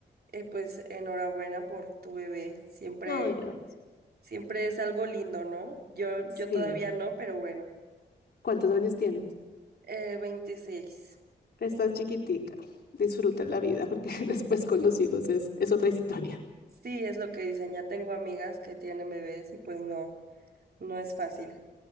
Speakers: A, on the right; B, on the left.
A: eh, pues enhorabuena por tu bebé. Siempre,
B: Ay, gracias.
A: siempre es algo lindo, ¿no? Yo,
B: Sí.
A: yo todavía no, pero bueno.
B: ¿Cuántos años tienes?
A: Eh, 26.
B: Estás chiquitica. Disfruta la vida porque <laughs> después con los hijos es, es otra historia.
A: Sí, es lo que dicen. Ya tengo amigas que tienen bebés y pues no, no es fácil.